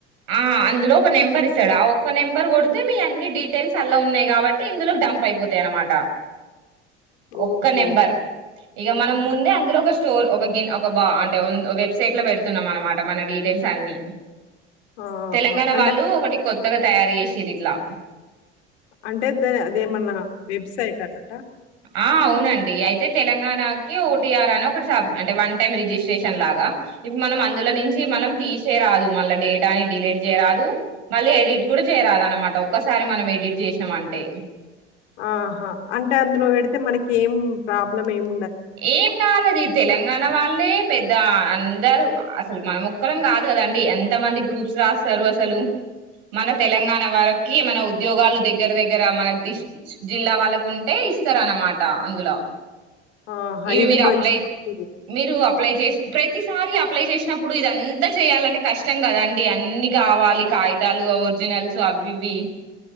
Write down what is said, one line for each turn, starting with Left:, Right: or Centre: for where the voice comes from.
Right: ఆ అందులో ఒక నెంబర్ ఇస్తాడు ఆ ఒక్క నెంబర్ కొడితే మీ అన్ని డీటెయిల్స్ అలా ఉన్నాయి కాబట్టి ఇందులోకి డంప్ అయిపోతాయి అనమాట
Left: ఓహో
Right: ఒక్క నెంబర్ ఇక మనం
Left: ఒక్క
Right: ముందే అందులో ఒక స్టోర్ ఒ కి గిన్ ఒక బా అంటే వెబ్సైట్ లో పెడుతున్నాం అనమాట మన డీటెయిల్స్ అన్ని
Left: ఆహా
Right: తెలంగాణ
Left: అంటే
Right: వాళ్ళు
Left: మన-
Right: ఒకటి కొత్తగా తయారుచేసిరు ఇట్లా
Left: అంటే ద అదేమన్నా వెబ్సైట్ అన్నట
Right: ఆ అవునండి అయితే తెలంగాణకి ఓటీఆర్ అని ఒకటి అంటే వన్ టైమ్ రిజిస్ట్రేషన్ లాగా ఇప్పుడు మనం అందులో నుంచి మనం తీసేరాదు మళ్ళా డేటాని డిలీట్ జెయరాదు మళ్ళీ ఎడిట్ గూడ జేయరాదున్నమాట ఒ ఒకసారి మనం ఎడిట్ జేసినాం అంటే
Left: ఆహా అంటే అందులో పెడితే మనకి ఏం ప్రాబ్లం ఏం
Right: ఏం గాదది తెలంగాణ వాళ్ళే పెద్ద అందరు అసలు మన ఒక్కరం గాదు కదండి ఎంత మంది గ్రూప్స్ రాస్తరు అసలు మన తెలంగాణ వాళ్లకి మన ఉద్యోగాలు దగ్గర దగ్గర మన ది జిల్లా వాళ్ళకు ఉంటే ఇస్తరు అన్నమాట అందుల
Left: ఆహా!
Right: ఇవి
Left: ఇది
Right: మీరు
Left: మంచి
Right: అప్లై
Left: పద్ధతి.
Right: మీరు అప్లై చేస్ ప్రతిసారి అప్లై చేసినప్పుడు ఇదంతా జేయాలంటే కష్టం కదాండి అన్ని కావాలి
Left: ఆ!
Right: కాయితాలు ఒర్ ఒరిజినల్స్ అవి ఇవి